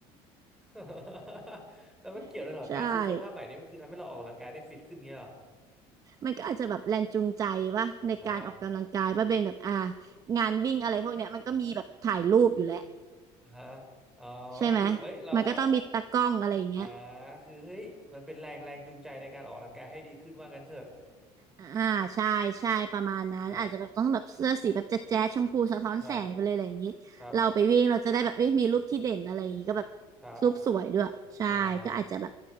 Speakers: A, in the centre; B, on the right.
A: <laughs> แล้วมันเกี่ยวด้วยเหรอการซื้อเสื้อผ้าใหม่นี่มันคือทำให้เราออกกำลังกายได้ฟิตขึ้นเงี้ยเหรอ
B: <laughs> ใช่ มันก็อาจจะแบบแรงจูงใจว่าในการออกกำลังกายว่าเป็นแบบอ่า
A: อ่า
B: งานวิ่งอะไรพวกเนี้ยมันก็มีแบบถ่ายรูปอยู่แล้ว
A: ฮะอ๋อก็คือเอ้ยเราเรา
B: ใช่ไหมมันก็ต้องมีตากล้องอะไรอย่างเงี้ย
A: อ่าคือเฮ้ยมันเป็นแรงแรงจูงใจในการออกกำลังกายให้ดีขึ้นว่างั้นเถอะ
B: อ่าใช่ใช่ประมาณนั้นอาจจะแบบต้องแบบเสื้อสีแบบแจ๊ดแจ๊ดชมพูสะท้อนแสงไปเลยอะไรอย่างนี้เราไปวิ่งเราจะได้แบบเอ้ยมีรูปที่เด่นอะไรอย่างนี้ก็แบบ
A: ครับครับครับ ครับ
B: รูปสวยด้วยใช่ก็อาจจะแบบ
A: อ่า